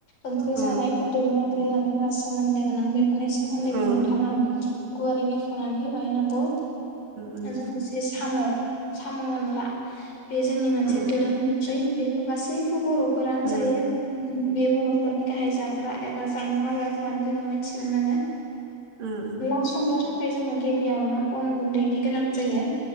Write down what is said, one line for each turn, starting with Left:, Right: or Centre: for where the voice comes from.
Left: ओंख्रि
Right: औ
Left: जानायफोर दोरों ओंख्रि जानायफोरा सोमोन्दो गोनां बेफोरनि सोमोन्दोथां
Right: उम
Left: गुवारै बे वनानै होबाय नंगौ।
Right: उम
Left: जों जे साम' सान अनला बे जोंनि मोनसे
Right: उम
Left: दोरों ओंख्रि बे गासैबो बर'फोरानो जायो
Right: उम
Left: बे बर'फोर नि गाहाय जाग्रा एबा जामुं आजाद मनानै ज मिथिनो मोनो।
Right: उम
Left: <unintelligible> ओमफ्राय जों गबियावनो अन गुन्दैनि गोनां जायो